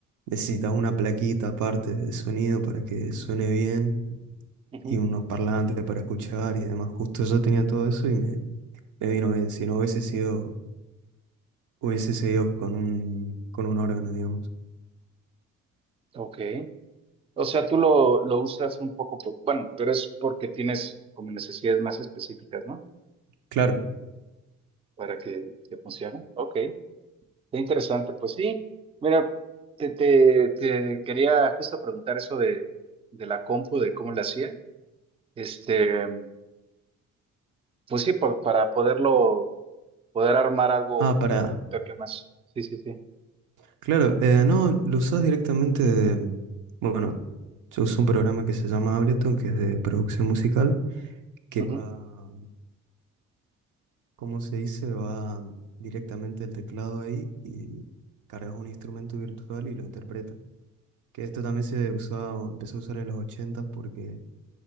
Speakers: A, on the right; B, on the right.
A: necesitaba una plaquita aparte de sonido para que suene bien
B: Ujú,
A: y unos parlantes para escuchar y demás. Justo yo tenía todo eso y me, me vino bien. Si no hubiese sido, hubiese seguido con un, con un órgano, digamos.
B: Ok. O sea, tú lo, lo usas un poco, por- bueno, pero es porque tienes como necesidades más específicas, ¿no?
A: Claro.
B: Para que, que funcione. Ok, qué interesante. Pues sí, mira, te, te, te quería justo preguntar eso de, de la compu, de cómo la hacía. Este, pues sí, por, para poderlo, poder armar algo
A: Ah, para.
B: un poquito que más. Sí, sí, sí.
A: Claro, eh, no, lo usás directamente de... Bueno, yo uso un programa que se llama Ableton, que es de producción musical, que
B: Ujú,
A: va... como se dice, va directamente el teclado ahí y cargas un instrumento virtual y lo interpreta. Que esto también se usaba, empezó a usar en los 80 porque